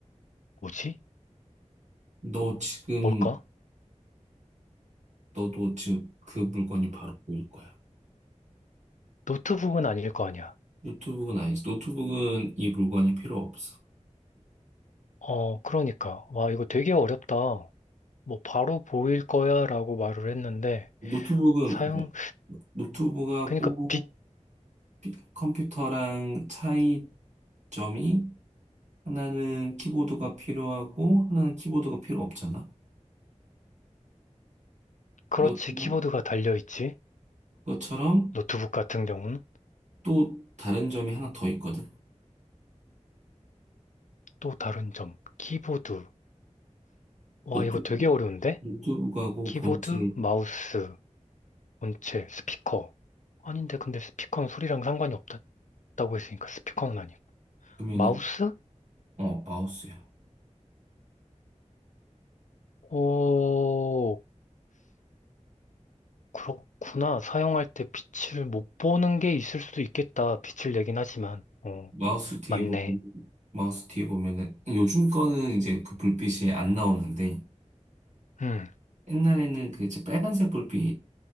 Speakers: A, on the left; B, on the right.
A: 뭐지?
B: 너 지금
A: 뭘까?
B: 너도 지금 그 물건이 바로 보일 거야.
A: 노트북은 아닐 거 아니야.
B: 노트북은 아니지. 노트북은 이 물건이 필요 없어.
A: 어, 그러니까. 와, 이거 되게 어렵다. 뭐, 바로 보일 거야 라고 말을 했는데,
B: 노트북은
A: 사용,
B: 뭐, 노트북하고
A: 그러니까 빛,
B: 피- 컴퓨터랑 차이점이 하나는 키보드가 필요하고 하나는 키보드가 필요 없잖아.
A: 그렇지.
B: 그것처럼,
A: 키보드가 달려있지.
B: 그것처럼
A: 노트북 같은 경우는.
B: 또 다른 점이 하나 더 있거든.
A: 또 다른 점. 키보드. 와,
B: 노트,
A: 이거 되게 어려운데?
B: 노트북하고
A: 키보드,
B: 본체의
A: 마우스, 본체, 스피커. 아닌데, 근데 스피커는 소리랑 상관이 없다고 했으니까 스피커는 아니야.
B: 금면은
A: 마우스?
B: 어, 마우스야.
A: 오, 그렇구나. 사용할 때 빛을 못 보는 게 있을 수도 있겠다. 빛을 내긴 하지만. 어,
B: 마우스 뒤에
A: 맞네.
B: 보면, 마우스 뒤에 보면은, 요즘 거는 이제 그 불빛이 안 나오는데,
A: 음,
B: 옛날에는 그 이제 빨간색 불빛이